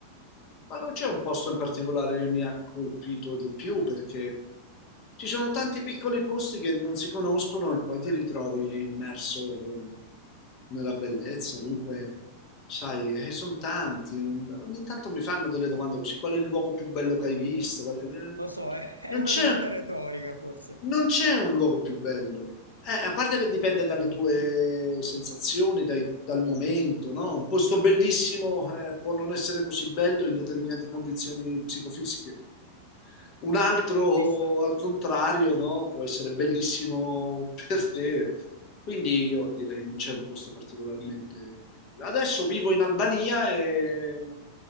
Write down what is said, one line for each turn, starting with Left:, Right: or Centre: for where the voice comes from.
Left: Ma non c'è un posto in particolare che mi ha colpito di più perché ci sono tanti piccoli posti che non si conoscono e poi ti ritrovi immerso nella bellezza. Dunque, sai, eh, sono tanti. Ogni tanto mi fanno delle domande così: qual è il luogo più bello che hai visto? Qual è- eh,
Right: Lo so, è, <laughs> è
Left: Non
Right: una
Left: c'è.
Right: domanda retorica, forse.
Left: Non c'è un luogo più bello. Eh, a parte che dipende dalle tue sensazioni, dai- dal momento, no? Un posto bellissimo, eh, può non essere così bello in determinate condizioni psicofisiche. Un altro,
Right: Ci sta.
Left: al contrario, no? Può essere bellissimo per te. Quindi io direi non c'è un posto particolarmente bello. Adesso vivo in Albania e